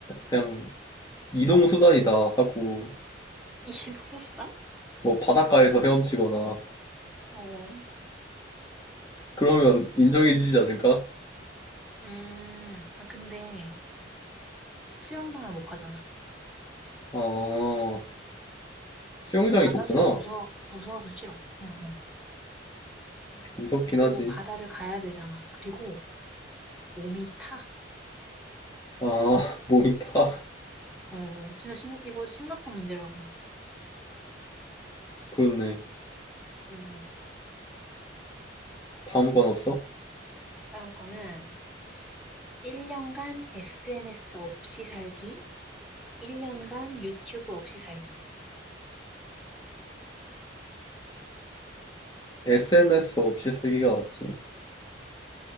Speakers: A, on the left (about 20°); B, in the centre.
A: 그냥 이동 수단이다 하고
B: 이 동수단?
A: 뭐 바닷가에서 헤엄치거나
B: 어,
A: 그러면 인정해주지 않을까?
B: 음, 아, 근데 수영장을 못 가잖아.
A: 아, 수영장이
B: 난 바다
A: 좋구나.
B: 수영 무서워, 무서워서 싫어. 응, 응.
A: 무섭긴
B: 그리고
A: 하지.
B: 바다를 가야 되잖아. 그리고 몸이 타.
A: 아, <laughs> 몸이 타.
B: 어, 진짜 심, 이거 심각한 문제라고.
A: 그렇네.
B: 응, 응.
A: 다음 건 없어?
B: 다음 거는 1년간 SNS 없이 살기, 1년간 유튜브 없이 살기.
A: SNS 없이 살기가 낫지.